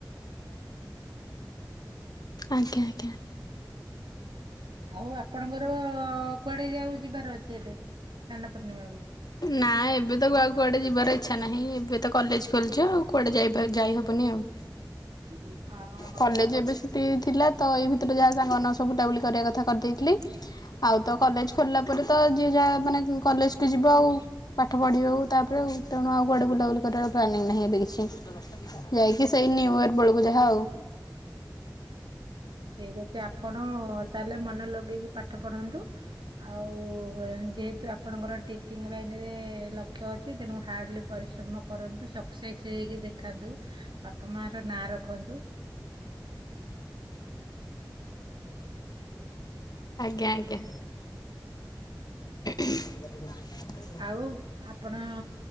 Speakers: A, on the left (about 55°); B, on the right (about 80°).
A: ଆଜ୍ଞା ଆଜ୍ଞା।
B: ଆଉ ଆପଣଙ୍କର କୁଆଡେ ଯାଉ ଯିବାର ଅଛି ଏଠ ସ୍ନାନ ପୂର୍ଣ୍ଣିମାକୁୁ।
A: ନା ଏବେ ତ କୁହାକୁ କୁଆଡେ ଯିବାର ଇଛା ନାହିଁ ଏବେ ତ କଲେଜ ଖୋଲିଛି ଆଉ କୁଆଡେ ଯ ଯାଇହବନି ଆଉ।
B: <inaudible> ହଁ ହଉ
A: କଲେଜ
B: ଆପଣ
A: ଏବେ ଛୁଟି ଥିଲା। ତ ଏଇ ଭିତରେ ଯାହା ସାଙ୍ଗମାନ ସହ ବୁଲା ବୁଲି କରିବା କଥା କରିଦେଇଥିଲି। ଆଉ ତ କଲେଜ ଖୋଲିଲା ପରେ ତ, ଯିଏ ଯାହା ମାନେ କଲେଜକୁ ଯିବ ଆଉ। ପାଠ ପଢ଼ିବାକୁ ତାପରେ ଆଉ ତେଣୁ ଆଉ କୁଆଡେ ବୁଲାବୁଲି କରିବାର ପ୍ଲାନିଂ ନାହିଁ ଏବେ କିଛି। ଯାଇକି ସେଇ ନିୟେର୍ ବେଳକୁ ଯାହା ଆଉ।
B: ଠିକ ଅଛି ଆପଣ ତାହେଲେ ମନେ ଲଗେଇକି ପାଠ ପଢନ୍ତୁ। ଆଉ ଯେହେତୁ ଆପଣଙ୍କର ଟିଚିଂ ଲାଇନ୍ ରେ ଲକ୍ଷ୍ୟ ଅଛି ତେଣୁ ହାର୍ଡ଼ଲି ପରିଶ୍ରମ କରନ୍ତୁ ସକ୍ସେସ୍। ହେଇକି ଦେଖାନ୍ତୁ, ବାପା ମାଆର ନାଁ ରଖନ୍ତୁ।
A: ଆଜ୍ଞା ଆଜ୍ଞା। <inaudible>
B: ଆଉ ଆପଣ